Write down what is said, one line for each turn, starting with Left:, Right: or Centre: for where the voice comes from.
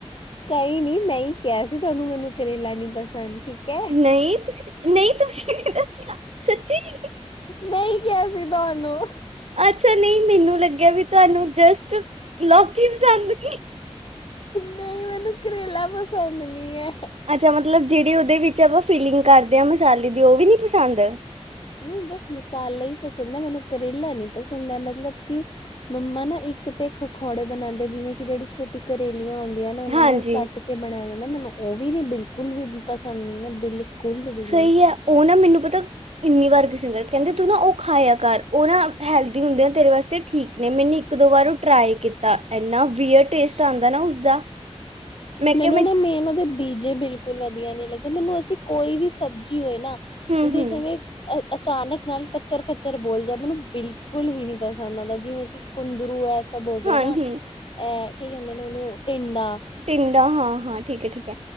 Left: ਕਈ ਨੀ, ਮੈਂ ਹੀ ਕਿਹਾ ਸੀ ਤੁਹਾਨੂੰ ਮੈਨੂੰ ਕਰੇਲਾ ਨੀ ਪਸੰਦ, ਠੀਕ ਐ।
Right: ਨਹੀਂ, ਤੁਸੀਂ ਨਹੀਂ, ਤੁਸੀਂ ਨਹੀਂ ਦੱਸਿਆ। ਸੱਚੀ
Left: ਮੈਂ ਹੀ ਕਿਹਾ ਸੀ ਤੁਹਾਨੂੰ।
Right: ਅੱਛਾ, ਨਹੀਂ ਮੈਨੂੰ ਲੱਗਿਆ ਵੀ ਤੁਹਾਨੂੰ ਜਸਟ ਲੋਕੀ ਪਸੰਦ ਨੀਂ।
Left: ਨਹੀਂ ਮੈਨੂੰ ਕਰੇਲਾ ਪਸੰਦ ਨੀ ਐ।
Right: ਅੱਛਾ ਮਤਲਬ ਜਿਹੜੀ ਉਹਦੇ ਵਿੱਚ ਆਪਾਂ ਫੀਲਿੰਗ ਕਰਦੇ ਆਂ ਮਸਾਲੇ ਦੀ, ਓ ਵੀ ਨੀ ਪਸੰਦ।
Left: ਨਹੀਂ ਬਸ ਮਸਾਲਾ ਹੀ ਪਸੰਦ ਐ, ਮੈਨੂੰ ਕਰੇਲਾ ਨੀਂ ਪਸੰਦ ਐ ਮਤਲਬ ਕਿ ਮੰਮਾ ਨਾ ਇੱਕ ਤੇ ਇਕ ਅਖੌੜੇ ਬਣਾਉਂਦੇ, ਜਿਵੇਂ ਕਿ ਜਿਹੜੀ ਛੋਟੀ ਕਰੇਲੀਆਂ ਹੁੰਦੀਆਂ। ਓਨਾਂ
Right: ਹਾਂਜੀ
Left: ਨੂੰ ਕੱਟ ਕੇ ਬਣਾਇਆ ਨਾ, ਮੈਨੂੰ ਉਹ ਵੀ ਨੀ ਬਿਲਕੁਲ ਵੀ ਪਸੰਦ ਨਹੀਂ ਨਾ, ਬਿਲਕੁਲ ਵੀ ਨੀ
Right: ਸਹੀ ਐ। ਓ ਨਾ ਮੈਨੂੰ ਪਤਾ, ਇੰਨੀ ਵਾਰ ਕਿਸੇ ਨੇ ਕੈਂਦੇ ਤੂੰ ਨਾ ਓ ਖਾਇਆ ਕਰ ਓ ਨਾ ਹੈਲਦੀ ਹੁੰਦੇ ਆ ਤੇਰੇ ਵਾਸਤੇ ਠੀਕ ਨੇ ਮੈਨੇ ਇੱਕ ਦੋ ਵਾਰ ਓ ਟ ਟ੍ਰਾਈ ਕੀਤਾ ਇੰਨਾ ਵੀਅਡ ਟੇਸਟ ਆਂਦੈ ਨਾ ਉਸਦਾ। ਮੈਂ ਕਿਹਾ
Left: ਮੈਨੂੰ
Right: ਮੈਂ
Left: ਨਾ ਮੇਨ ਓਦੇ ਪੀਜੇ ਬਿਲਕੁਲ ਵਦੀਆ ਨੀ ਲੱਗਦੇ ਮੈਨੂੰ ਐਸੀ ਕੋਈ ਵੀ ਸਬਜ਼ੀ ਹੋਏ ਨਾ,
Right: ਹੂੰ
Left: ਜਿਦੇ
Right: ਹੂੰ
Left: ਚ ਐਵੇਂ ਅ ਅਚਾਨਕ ਨਾਲ ਕੱਚਰ-ਕੱਚਰ ਬੋਲਦੈ ਮੈਨੂੰ ਬਿਲਕੁਲ ਵੀ ਨੀ ਪਸੰਦ ਆਂਦਾ ਜਿਵੇਂ ਕੀ ਕੁੰਦਰੂ ਐ ਸਬ ਹੋ
Right: ਹਾਂ
Left: ਗਏ ਨਾ,
Right: ਹੂੰ
Left: ਐ ਕੀ ਕੈਂਦੇ ਨੇ ਓਨੂੰ ਟਿੰਡਾ
Right: ਟਿੰਡਾਂ ਹਾਂ-ਹਾਂ ਠੀਕ ਐ-ਠੀਕ ਐ,